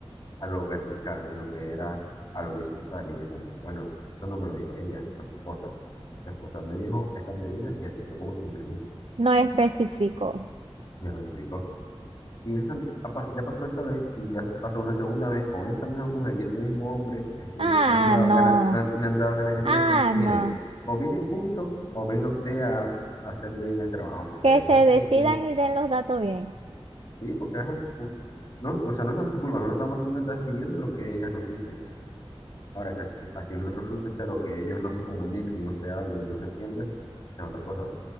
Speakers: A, on the left (about 45°); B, on the right (about 70°).
A: a lo vertical, sino que era a lo horizontal. Y yo como, bueno, eso no me lo dijo ella, o sea, su esposa. Su esposa me dijo esta medida, y así fue como se imprimió,
B: no especificó.
A: me especificó. Y esa, apa- ya pasó esa vez y ya pasó una segunda vez con esa misma mujer y ese mismo hombre. Y
B: Ah,
A: me han dado
B: no.
A: ganas, me han, me han dado ganas de decirle
B: Ah,
A: como que, miren,
B: no.
A: o vienen juntos o venga usted a, a hacer bien el trabajo. Porque
B: Que se
A: es
B: decidan
A: de que,
B: y den los datos bien.
A: sí, porque ajá, pu- no, o sea, no es nuestra culpa, nosotros estamos simplemente siguiendo lo que ellas nos dicen. Ahora que así, así no resulte ser o que ellos no se comuniquen, no se hablen y no se entiendan, es otra cosa.